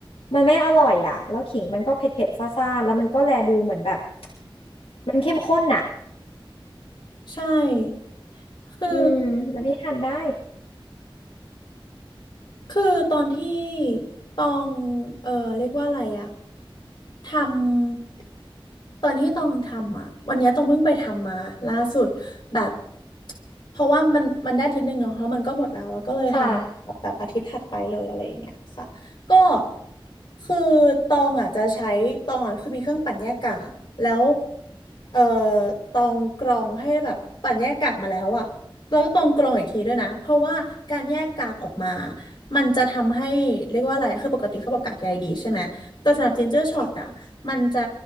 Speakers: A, on the left; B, on the left.
A: มันไม่อร่อยอ่ะแล้วขิงมันก็เผ็ดเผ็ดซาซ่าๆแล้วมันก็แลดูเหมือนแบบมันเข้มข้นอ่ะ
B: ใช่
A: <laughs>
B: คือ
A: อืมแล้วพี่ทานได้
B: คือตอนที่ตองเออเรียกว่าอะไรอะ ทำตอนที่ตองทำอ่ะวันเนี้ยตองเพิ่งไปทำมาล่าสุดแบบเพราะว่ามันมันได้อาทิตย์หนึ่งเนาะเพราะมันก็หมดแล้วแล้วก็เลยทำแบบแบบอาทิตย์ถัดไปเลยอะไรอย่างเงี้ยค่ะก็
A: ค่ะ
B: คือตองอ่ะจะใช้ตองอะคือมีเครื่องปั่นแยกกากแล้วเอ่อตองกรองให้แบบปั่นแยกกากมาแล้วอ่ะแล้วก็ตองกรองอีกทีด้วยนะเพราะว่าการแยกกากออกมามันจะทำให้เรียกว่าอะไรคือปกติเขาบอกกากใยดีใช่ไหม แต่สำหรับจินเจอร์ช็อตอ่ะมันจะ